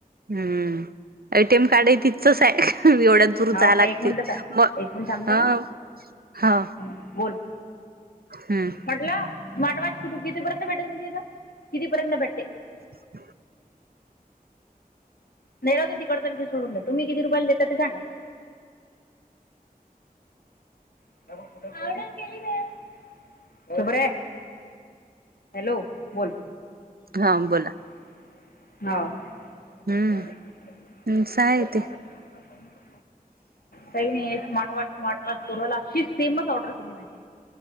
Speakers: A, on the right; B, on the left.
A: हम्म. एटीएम कार्डही तिथचच आहे. एवढ्या दूर जाय
B: हो का
A: लागते.
B: एक मिनटं ता
A: मग
B: एक मिनिट थांबता
A: ह
B: का
A: ह.
B: हं, बोल.
A: हम्म.
B: म्हटलं स्मार्ट वॉच कुठ कितीपर्यंत भेटते तुमच्या इथ? कितीपर्यंत भेटते?
A: <unintelligible>
B: नाही राहुदे तिकडचा विषय सोडून द्या. तुम्ही किती रुपयाला देता ते सांगा. <inaudible> हॅलो बोल.
A: हा बोला.
B: हो.
A: हम्म स आहे ते
B: काही नाही स्मार्ट वॉच स्मार्ट वॉच परवाला अशी सेमच ऑर्डर केली म